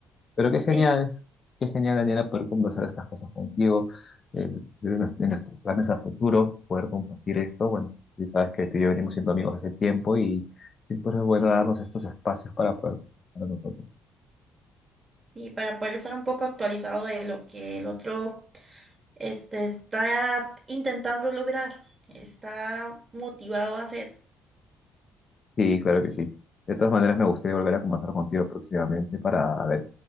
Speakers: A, on the left (about 35°); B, on the right (about 25°).
A: Pero qué genial,
B: Sí,
A: qué genial, Daniela, poder conversar estas cosas contigo, eh, de, nues- de nuestros planes a futuro, poder compartir esto. Bueno, tú sabes que tú y yo venimos siendo amigos hace tiempo y siempre es bueno darnos estos espacios para poder conversar nosotros.
B: y para poder estar un poco actualizado de lo que el otro este, está intentando lograr, está motivado a hacer.
A: Sí, claro que sí. De todas maneras, me gustaría volver a conversar contigo próximamente para ver.